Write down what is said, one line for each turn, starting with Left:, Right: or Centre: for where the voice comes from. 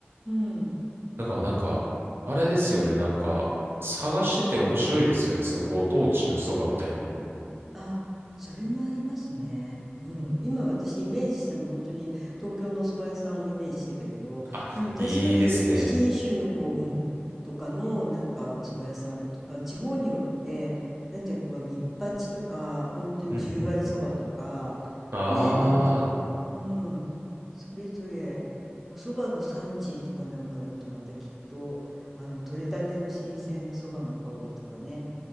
Centre: うん。
Right: だからなんか、あれですよね。なんか、探してて面白いですよね。そのご当地のそばみたいなのも。
Centre: あ、それもありますね。うん。
Right: うん
Centre: 今私イメージしたの本当に東京のお蕎麦屋さんをイメージしてたけど、
Right: あ、
Centre: でも確かに信州の方うん、
Right: いいですね。
Centre: とかのなんかお蕎麦屋さんだとか、地方によって、なんていうかこうニッパチとか、本当とに十割そばとか、
Right: うん、うん、うん。ああ、
Centre: ね、なんかうん、それぞれお蕎麦の産地とかなんかだとまたきっと、あの、取れたての新鮮な蕎麦の香りとかね、